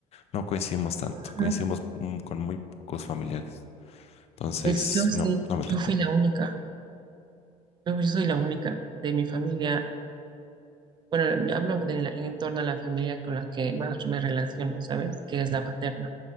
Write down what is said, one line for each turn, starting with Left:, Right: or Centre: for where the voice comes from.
Left: no coincidimos tanto,
Right: Ajá.
Left: coincidimos mm, con muy pocos familiares, entonces,
Right: Pues yo sí,
Left: no, no me tocó.
Right: yo fui la única, yo, yo soy la única de mi familia. Bueno, yo hablo de la- en torno a la familia con la que más me relaciono, ¿sabes? Que es la paterna.